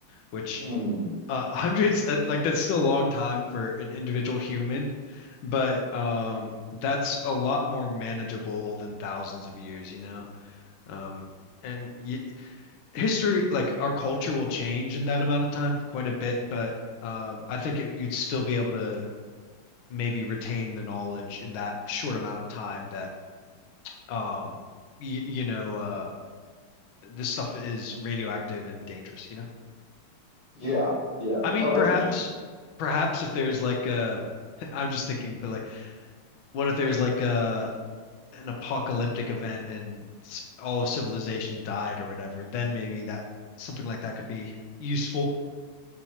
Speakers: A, on the left; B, on the left.
A: which
B: hmm
A: uh <laughs> hundreds uh, like that's still a long time for an individual human but um that's a lot more manageable than thousands of years you know um and y history like our culture will change in that amount of time quite a bit but um I think it, you'd still be able to maybe retain the knowledge in that short amount of time that um y you know uh this stuff is radioactive and dangerous you know
B: Yeah. Yeah.
A: I mean,
B: No,
A: perhaps,
B: that's interesting.
A: perhaps if there's like a, <laughs> I'm just thinking, but like, what if there's like a an apocalyptic event and s- all of civilization died or whatever? Then maybe that something like that could be useful